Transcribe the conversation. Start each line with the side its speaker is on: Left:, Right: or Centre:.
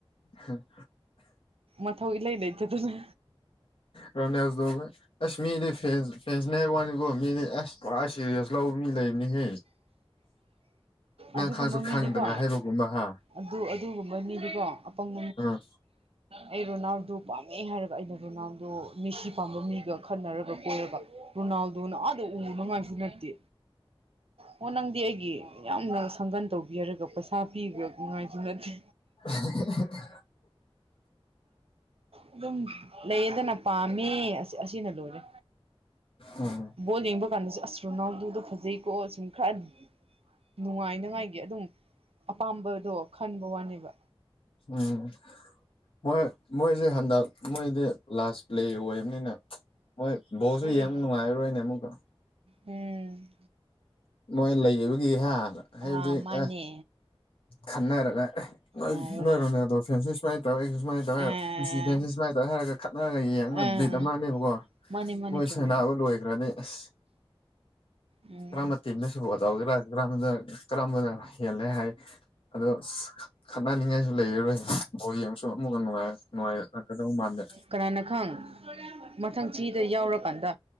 Left: ꯍꯝ
Right: ꯃꯊꯧ ꯏꯂꯩ ꯂꯩꯇꯗꯨꯅ
Left: ꯔꯣ ꯅꯜ ꯗꯣꯕ ꯑꯁ ꯃꯤ ꯐꯖ ꯃꯍꯔꯕꯥꯅꯒ ꯃ ꯑꯁ ꯀꯔꯤꯌꯥꯁ ꯂꯧ ꯃꯤ ꯂꯩꯅꯤꯍꯦ ꯅꯪ
Right: ꯑꯗꯨꯒꯨꯝꯕ
Left: ꯈꯥꯡꯁꯨ
Right: ꯃꯤꯗꯤꯀꯣ
Left: ꯈꯪꯗꯅ ꯍꯥꯏꯕꯒꯨꯝꯕ ꯍꯥ
Right: ꯑꯗꯨ ꯑꯗꯨꯒꯨꯝꯕ ꯃꯤꯗꯨꯀꯣ ꯑꯄꯪ
Left: ꯑꯥ
Right: ꯑꯩ ꯔꯣꯅꯥꯜꯗꯣ ꯄꯥꯝꯃꯦ ꯍꯥꯏꯔꯒ ꯑꯩꯅ ꯔꯣꯅꯥꯜꯗꯣ ꯃꯤꯁꯤ ꯄꯥꯝꯕ ꯃꯤꯒ ꯈꯟꯅꯔꯒ ꯀꯣꯏꯔꯒ ꯔꯣꯅꯥꯜꯗꯣꯅ ꯑꯥꯗ ꯎ ꯃꯉꯥꯡꯁꯨ ꯅꯠꯇꯦ ꯑꯣ ꯅꯪꯗꯤ ꯑꯩꯒꯤ ꯌꯥꯝꯅ ꯁꯪꯒꯟ ꯇꯧꯕꯤꯔꯒ ꯄꯩꯁꯥ ꯄꯤꯕ ꯅꯨꯡꯉꯥꯏꯁꯨ ꯅꯠꯇꯦ
Left: <unintelligible>
Right: ꯑꯗꯨꯝ ꯂꯩꯗꯅ ꯄꯥꯝꯃꯦ ꯑꯁꯤꯅ ꯂꯣꯏꯔꯦ
Left: ꯎꯝ
Right: ꯕꯣꯜ ꯌꯦꯡꯕ ꯀꯥꯟꯗꯁꯨ ꯑꯁ ꯔꯨꯅꯥꯎꯗꯨꯗ ꯐꯖꯩꯀꯣ ꯁꯨꯝ ꯈꯔ ꯅꯨꯡꯉꯥꯏꯅꯉꯥꯏ ꯑꯗꯨꯝ ꯑꯄꯥꯝꯕꯗꯣ ꯈꯟꯕ ꯋꯥꯅꯦꯕ
Left: ꯎꯝ ꯃꯣꯏ ꯃꯣꯏꯁꯦ ꯍꯟꯗꯛ ꯃꯣꯏꯗꯤ ꯂꯥꯁ ꯄ꯭ꯂꯦ ꯑꯣꯏꯕꯅꯤꯅ ꯃꯣꯏ ꯕꯣꯁꯁꯨ
Right: ꯍꯣꯏꯌꯦ
Left: ꯌꯦꯡ ꯅꯨꯡꯉꯥꯏꯔꯔꯣꯏꯅꯦ ꯑꯃꯨꯛꯀ
Right: ꯎꯝ
Left: ꯃꯣꯏ ꯂꯩꯕꯒꯤ ꯍꯥꯕ ꯍꯥꯏꯕꯗꯤ
Right: ꯑꯥ ꯃꯥꯅꯦ
Left: ꯑ ꯈꯟꯅꯔꯒ ꯑꯣꯏꯔꯨꯅꯦ
Right: ꯑꯥ
Left: ꯑꯗꯣ ꯐꯦꯟꯁꯁꯤ ꯁꯨꯃꯥꯏꯅ ꯇꯧꯋꯦ ꯑꯩ ꯁꯨꯃꯥꯏꯅ ꯇꯧꯋꯦ
Right: ꯑꯥ
Left: ꯏꯟꯁꯤꯐꯦꯟꯁꯦ ꯁꯨꯃꯥꯏꯅ ꯇꯧꯋ ꯍꯥꯏꯔꯒ ꯈꯠꯅꯔꯒ ꯌꯦꯡꯅ
Right: ꯑꯥ
Left: ꯠ ꯑꯃꯜꯂꯅꯦꯕꯀꯣ
Right: ꯃꯥꯅꯦ ꯃꯥꯅꯦ
Left: ꯃꯣꯏ
Right: ꯆꯨꯝꯃꯦ
Left: ꯁꯅꯥꯕ ꯂꯣꯏꯈ꯭ꯔꯅꯤ ꯑꯁ
Right: ꯎꯝ
Left: ꯀꯔꯝꯕ ꯇꯤꯅꯁꯨꯕꯣ ꯇꯧꯒꯦꯔꯥ ꯀꯔꯝꯕ ꯀꯔꯝꯕꯅ ꯍꯦꯜꯂꯦ ꯍꯥꯏ ꯑꯗꯣ ꯈꯠꯅꯅꯤꯡꯉꯥꯏꯁꯨ ꯂꯩꯔꯔꯣꯏ ꯕꯣꯜ ꯌꯦꯡ ꯑꯃꯨꯛꯀ ꯅꯨꯡꯉꯥꯏ ꯅꯨꯡꯉꯥꯏꯗꯧ ꯃꯥꯟꯗꯦ
Right: ꯀꯅꯥꯅ ꯈꯪ ꯃꯊꯪ ꯆꯍꯤꯗ ꯌꯥꯎꯔꯀꯥꯟꯗ